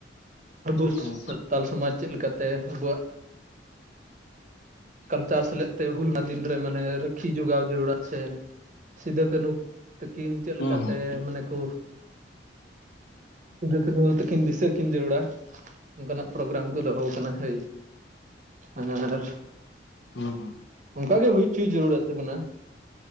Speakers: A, on the right (about 40°); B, on the left (about 75°).
A: ᱟᱵᱚ <unintelligible>
B: ᱦᱩᱸ ᱦᱩᱸ
A: ᱥᱟᱱᱛᱟᱞ ᱥᱚᱢᱟᱡᱽ ᱪᱮᱫ ᱞᱮᱠᱟᱛᱮ ᱟᱵᱚᱣᱟᱜ ᱠᱟᱞᱪᱟᱨ ᱥᱮᱞᱮᱫ ᱛᱮ ᱦᱩᱞᱢᱟ ᱫᱤᱱ ᱨᱮ ᱢᱟᱱᱮ ᱨᱟᱟᱹᱠᱷᱤ ᱡᱚᱜᱟᱣ ᱡᱟᱹᱨᱩᱲᱟ ᱥᱮ ᱥᱤᱫᱩ ᱠᱟᱱᱦᱩ ᱛᱟᱠᱤᱱ ᱪᱮᱫ
B: ᱦᱩᱸ
A: ᱞᱮᱠᱟᱛᱮ
B: ᱦᱩᱸ
A: ᱢᱟᱱᱮ ᱠᱚ ᱥᱤᱫᱩ ᱠᱟᱱᱩ ᱛᱟᱹᱠᱤᱱ ᱫᱤᱥᱟᱹ ᱠᱤᱱ ᱡᱟᱹᱨᱩᱲᱟ ᱚᱱᱠᱟᱱᱟᱜ ᱯᱨᱳᱜᱨᱟᱢ ᱠᱚ ᱫᱚᱦᱚ ᱟᱠᱟᱱᱟ ᱦᱳᱭ ᱟᱨ
B: ᱦᱩᱸ ᱦᱩᱸ
A: ᱚᱱᱠᱟ ᱜᱮ ᱦᱩᱭ ᱦᱚᱪᱚᱭ ᱡᱟᱹᱨᱩᱲᱟᱜ ᱛᱟᱵᱚᱱᱟ᱾